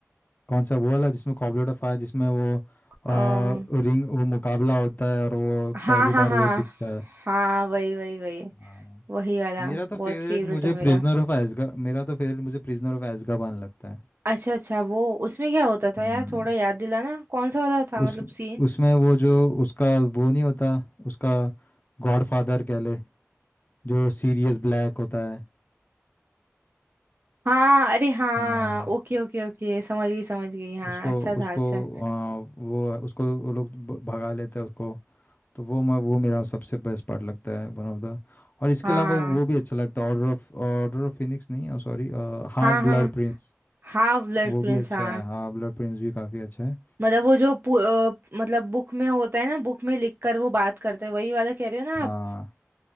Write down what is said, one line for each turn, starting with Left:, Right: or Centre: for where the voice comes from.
Left: कौन सा वो वाला जिसमें कॉबलेट ऑफ फायर जिसमें वो आ,
Right: अ,
Left: रिंग वो मुकाबला होता है और वो
Right: हाँ
Left: पहली
Right: हाँ
Left: बार
Right: हाँ
Left: वो दिखता है
Right: हाँ वही वही वही
Left: हाँ
Right: वही वाला
Left: मेरा तो
Right: बहुत
Left: फेवरेट
Right: फेवरेट
Left: मुझे
Right: है मेरा
Left: प्रिजनर ऑफ एज़्काबान मेरा तो फेवरेट मुझे प्रिजनर ऑफ एज़्काबान लगता है
Right: अच्छा अच्छा वो उसमें क्या होता था
Left: हम्म
Right: यार थोड़ा याद दिलाना कौन सा वाला था
Left: उस
Right: मतलब सीन
Left: उसमें वो जो उसका वो नहीं होता उसका गॉडफादर कह ले जो सीरियस ब्लैक होता है
Right: हाँ अरे हाँ
Left: हाँ
Right: ओके ओके ओके समझ गई समझ गई हाँ
Left: उसको
Right: अच्छा था
Left: उसको
Right: अच्छा
Left: आ, वो उसको वो लोग ब- भगा लेते हैं उसको तो वो मैं वो मेरा सबसे बेस्ट पार्ट लगता है वन ऑफ द और इसके
Right: हाँ
Left: अलावा वो भी अच्छा लगता है order of order of Phoenix नहीं सॉरी हाफ
Right: हाँ हाँ
Left: ब्लड प्रिंस
Right: हाँ ब्लड
Left: वो
Right: प्रिंस
Left: भी अच्छा
Right: हाँ
Left: है हाफ ब्लड प्रिंस भी काफ़ी अच्छा है
Right: मतलब वो जो पु- अ, मतलब बुक में होता है ना बुक में लिख कर वो बात करते हैं वही वाला कह रहे हो ना
Left: हाँ
Right: आप